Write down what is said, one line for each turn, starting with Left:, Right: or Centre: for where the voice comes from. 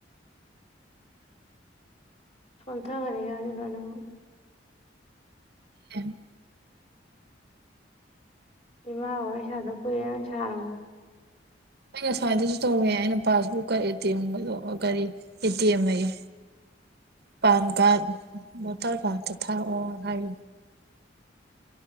Left: ꯐꯣꯟꯊ ꯈꯔꯦ ꯌꯥꯖ ꯂꯅ
Right: ꯎꯝ
Left: ꯏꯃ ꯍꯣꯏ ꯁꯥꯗ ꯀꯏ ꯁꯔꯣ
Right: ꯑꯩ ꯉꯁꯥꯏꯗꯁꯨ ꯇꯧꯋꯦ ꯑꯩꯅ ꯄꯥꯁꯕꯨꯛꯀꯇꯦꯝꯒꯗ ꯀꯔꯤ ꯑꯦꯇꯦꯝ ꯑꯩ
Left: <unintelligible>
Right: ꯄꯥꯟ ꯀꯥ ꯃꯇꯔ ꯀꯥ ꯊꯥ ꯑꯣ ꯍꯥꯏ